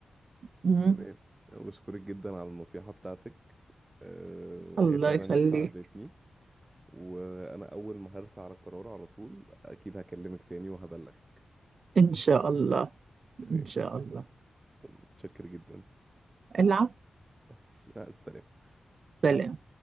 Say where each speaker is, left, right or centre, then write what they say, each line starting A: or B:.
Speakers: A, on the right; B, on the right.
A: مم.
B: تمام بشكرك جدا على النصيحة بتاعتك أه،
A: الله
B: هي فعلا
A: يخليك
B: ساعدتني وأنا أول ما هرسى على قرار على طول أكيد هكلمك تاني وهبلغك
A: إن شاء الله
B: تمام
A: إن شاء الله
B: متشكر جدا
A: العفو
B: <laughs> ماشي، مع السلامة
A: سلام